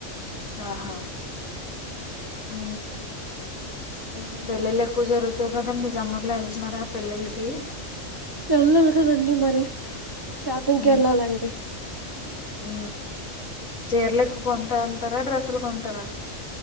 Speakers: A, on the left; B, on the right.
A: ఆహా ఉ
B: ఇంకండి
A: పెళ్లిళ్లు ఎక్కువ జరుగుతాయి కదండి సమ్మర్ లో వెళ్తున్నారా పెళ్ళిలకి
B: వెళ్ళాలి కాదాఅండి మరి షాపింగ్కి
A: ఉ
B: వెళ్ళాలండి
A: ఉ చీరలు ఎకో కోన్ కొంటా ఉంటారా డ్రెస్లు కొంటారా